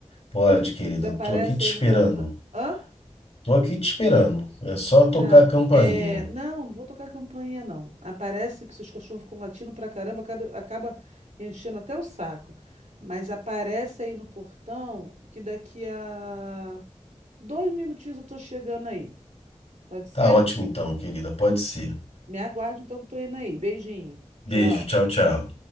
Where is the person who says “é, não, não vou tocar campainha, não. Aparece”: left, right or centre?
Right